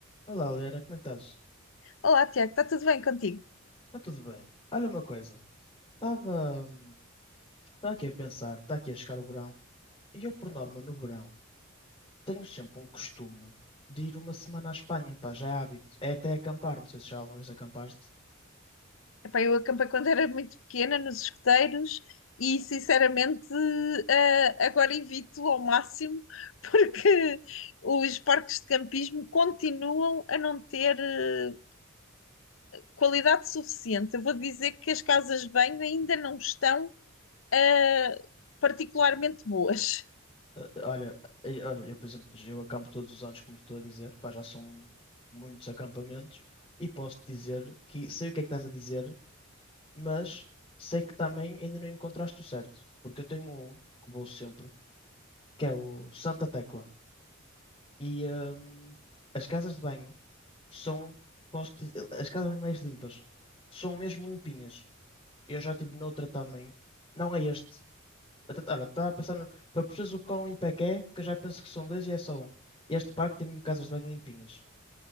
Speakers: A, on the left (about 25°); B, on the left (about 70°).
A: Olá, Liana, como é que estás?
B: Olá, Tiago, está tudo bem contigo?
A: Está tudo bem. Olha uma coisa, estava hum, estava aqui a pensar, está aqui a chegar o verão, e eu, por norma, no verão, tenho sempre um costume de ir uma semana à Espanha, pá, já é hábito. É até acampar, não sei se já alguma vez acampaste.
B: Epá, eu acampei quando era muito pequena nos escuteiros e, sinceramente, eh, agora evito ao máximo <laughs> porque os parques de campismo continuam a não ter eh, qualidade suficiente. Eu vou dizer que as casas de banho ainda não estão eh, particularmente boas.
A: Eh, eh, Olha, eh, olha, eu, por exemplo, eu acampo todos os anos, como estou a dizer, pá, já são muitos acampamentos, e posso-te dizer que sei o que é que estás a dizer, mas sei que também ainda não encontraste o certo, porque eu tenho um que vou sempre, que é o Santa Tecla. E hum, as casas de banho são, posso dizer, as casas de banho mais limpas. São mesmo limpinhas. Eu já estive noutra também. Não é este. Até, olha, estava a pensar, no- para perceberes o quão limpo é que é, que eu já penso que são dois e é só um. Este parque tem mesmo casas de banho limpinhas.